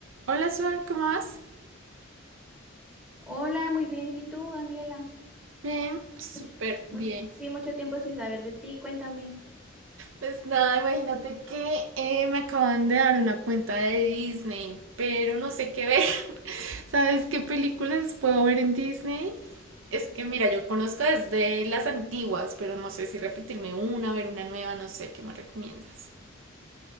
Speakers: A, on the right; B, in the centre.
A: Hola, Suar, ¿cómo vas?
B: Hola, muy bien. ¿Y tú, Daniela?
A: Bien, súper
B: Mucho-
A: bien.
B: mu- sí, mucho tiempo sin saber de ti. Cuéntame.
A: Pues nada, imagínate que eh, me acaban de dar una cuenta de Disney, pero no sé qué ver. <laughs> ¿Sabes qué películas puedo ver en Disney? Es que mira, yo conozco desde las antiguas, pero no sé si repetirme una, ver una nueva, no sé, ¿qué me recomiendas?